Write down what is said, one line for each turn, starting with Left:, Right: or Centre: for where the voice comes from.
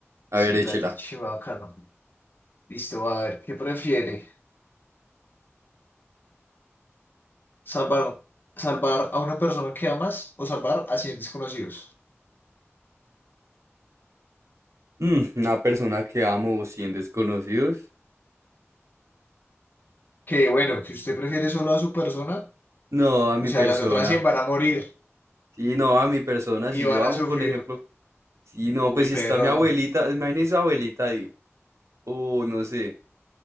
Right: A
Left: Sí,
Right: ver, échela.
Left: gratis, chima, bacano. Listo, a ver, ¿qué prefiere? Salvar, salvar a una persona que amas o salvar a 100 desconocidos.
Right: Mm, una persona que amo o 100 desconocidos.
Left: Que bueno, que usted prefiere solo a su persona,
Right: No, a mi
Left: o sea,
Right: persona.
Left: las otras 100 van a morir
Right: Sí, no, a mi persona.
Left: y
Right: Si
Left: van
Right: yo amo,
Left: a sufrir.
Right: por ejemplo. Sí, no,
Left: Uy,
Right: pues si
Left: perro.
Right: está mi abuelita, imagínese su abuelita ahí, o no sé,